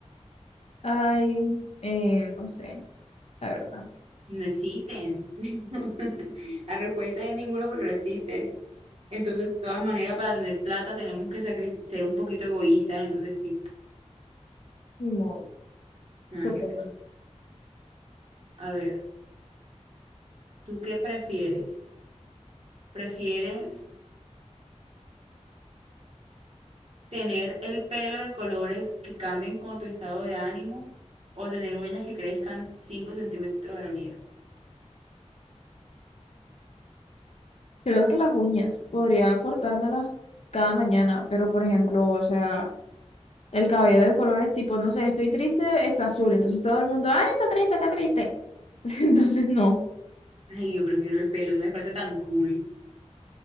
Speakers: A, on the left; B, on the right.
A: Ay, eh, no sé, la verdad.
B: No existen. <laughs> La respuesta es ninguno porque no existen. Entonces, de todas maneras, para tener plata tenemos que sacrificar, ser un poquito egoístas, entonces qué
A: Ni modo.
B: nada
A: Te
B: que
A: toca.
B: hacer. A ver, ¿tú qué prefieres? ¿Prefieres tener el pelo de colores que cambien con tu estado de ánimo o tener uñas que crezcan 5 centímetros al día?
A: Creo que las uñas podría cortármelas cada mañana, pero por ejemplo, o sea, el cabello de colores tipo, no sé, estoy triste, está azul, entonces todo el mundo, ay, está triste, está triste. <laughs> Entonces no.
B: Ay, yo prefiero el pelo, eso me parece tan cool.